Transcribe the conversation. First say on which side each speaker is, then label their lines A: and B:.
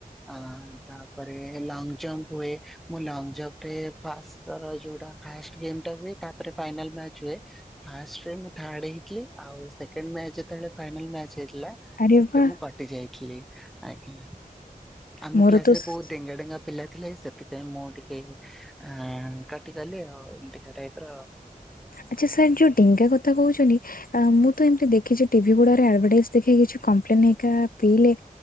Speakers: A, in the centre; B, on the left.
A: ଆଁ ତାପରେ ଲଙ୍ଗ୍ ଜମ୍ପ୍ ହୁଏ ମୁଁ ଲଙ୍ଗ୍ ଜମ୍ପରେ ଫାଷ୍ଟ ତାର ଯୋଉଟା ଫାଷ୍ଟ ଗେମ୍ ଟା ହୁଏ ତାପରେ ଫାଇନାଲ୍ ମ୍ୟାଚ୍ ହୁଏ ଫାଷ୍ଟରେ ମୁଁ ଥାର୍ଡ ହେଇଥିଲି ଆଉ ସେକେଣ୍ଡ ମ୍ୟାଚ୍ ଯେତେବେଳେ ଫାଇନାଲ ମ୍ୟାଚ୍ ହେଇଥିଲା,
B: ଆରେ
A: ସେଥିରେ
B: ବା
A: ମୁଁ କଟ୍ କଟି ଯାଇଥିଲି, ଆଜ୍ଞା ଆମ
B: ମୋର
A: କ୍ଲାସରେ
B: ତ ସ୍-
A: ବହୁତ ଡେଙ୍ଗା ଡେଙ୍ଗା ପିଲା ଥିଲେ ସେ ସେଥିପାଇଁ ମୁଁ ଟିକେ ଆଁ କଟିଗଲି ଆଉ ଏମିତିକା ଟାଇପର।
B: ଆଚ୍ଛା ସାର୍ ଯୋଉ ଡେଙ୍ଗା କଥା କହୁଛନ୍ତି ମୁଁ ତ ଏମିତି ଦେଖିଛି ଟିଭି ଗୁଡାରେ ଆଡଭଟାଇଜ୍ ଦେଖେ କିଛି କମ୍ପ୍ଲେନ୍ ହେଇକା ପିଇଲେ